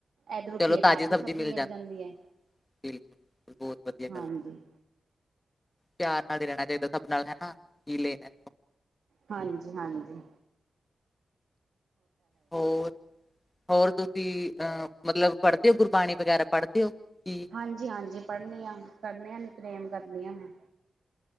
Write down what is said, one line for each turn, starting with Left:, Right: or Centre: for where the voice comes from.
Right: ਇੱਧਰੋਂ
Left: ਚਲੋ
Right: ਕੀ ਹੈ
Left: ਤਾਜ਼ੀ ਸਬਜ਼ੀ ਮਿਲ ਜਾਵੇ
Right: ਜਾਂਦੀ ਹੈ
Left: ਬਿਲਕੁਲ ਬਹੁਤ ਵਧੀਆ
Right: ਹਾਂਜੀ
Left: ਗਲ ਪਿਆਰ ਨਾਲ ਈ ਰੈਣਾ ਚਾਈਦਾ ਸਭ ਨਾਲ ਹਨਾ ਕੀ ਲੈਣੇ
Right: ਹਾਂਜੀ-ਹਾਂਜੀ।
Left: ਹੋਰ, ਹੋਰ ਤੁਸੀਂ ਅ ਮਤਲਵ ਪੜਦੇ ਓ ਗੁਰਬਾਣੀ ਪੜਦੇ ਓ ਕਿ
Right: ਹਾਂਜੀ-ਹਾਂਜੀ ਪੜਨੇ ਆ ਨੇਤਨੇਮ ਕਰਨੇ ਆ ਨਿਤਨੇਮ ਕਰਨੀ ਹ ਮੈਂ